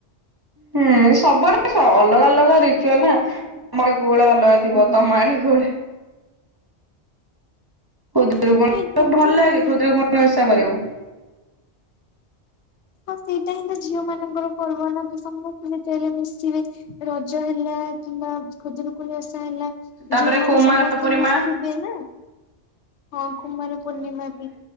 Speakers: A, on the right; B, on the left.
A: ହୁଁ ସବୁଆଡେ ସ ଅଲଗା ଅଲଗା ରିଚୁଆଲ ନା ଆମ ଆଡେ। କୋଉଗୁଳା ଅଲଗା ଥିବ
B: ହୁଁ
A: ତମ ଆଡେ କୋଉ ଡା। ଖୁଦୁରୁକୁଣୀ
B: ଏ କିନ୍ତୁ
A: ଭଲ ଲାଗେ
B: ହଁ
A: ଖୁଦୁରୁକୁଣୀଓଷା କରିବାକୁ।
B: ହଁ ସେଇଟା ହିଁ ତ ଝିଅ ମାନଙ୍କର ପର୍ବ ନା ତ ସମସ୍ତେ ଯେତେବେଲେ ମିଶିବେ ରଜ ହେଲା। କିମ୍ବା ଖୁଦୁରୁକୁଣୀ ଓଷା ହେଲା
A: ତାପରେ
B: ଝିଅ ମାନେ
A: କୁମାର
B: ସମସ୍ତେ
A: ପୂର୍ଣ୍ଣିମା
B: ମିଶିବେ ନା। ହଁ କୁମାର ପୂର୍ଣ୍ଣିମା ବି